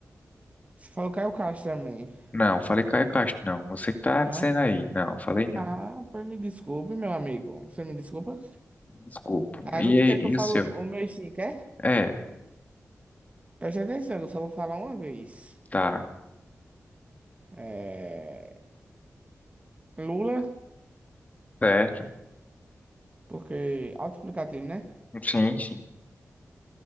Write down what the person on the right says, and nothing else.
Você falou Caio Castro também,
não?
Ah, pois me desculpe, meu amigo. Você me desculpa?
Agora
tu
quer que
eu fale
o meu sim, quer?
Preste atenção, que eu só vou falar uma vez.
É... Lula,
porque auto-explicativo, né?